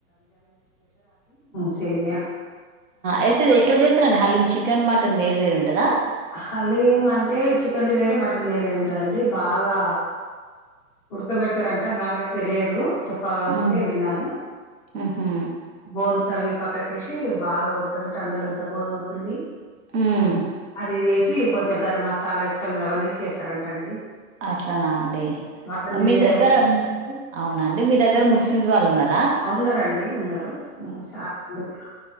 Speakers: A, in the centre; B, on the right.
A: సేమయా
B: అయితే ఎట్లా చేసారండి హలీం చికెన్ మటన్ వేరు వేరుంటదా
A: హలీం అంటే చికెన్ది వేరే మటన్ వేరేది ఉంటదండి బాగా ఉడకబెడతారంట మాకైతే తెలియదు చపాతి
B: హ్మ్
A: తిన్నాను
B: ఉహు
A: బోన్స్ అవి పక్కకేసి బాగా ఉడకబెట్టి అందులో ఎంత గోధుమ పిండి
B: ఉమ్
A: అది ఇది వేసి కొంచెం గరం మసాలా ఇచ్చం అవన్న చేస్తారంట అండి
B: అట్లానా అండి
A: మటన్ది
B: మీ
A: వేరే
B: దగ్గర
A: ఉంటది
B: అవునండి మీ దగ్గర ముస్లిమ్స్ వాళ్ళు ఉన్నారు
A: ఉన్నారండి ఉన్నారు చాలా మంది ఉన్నారు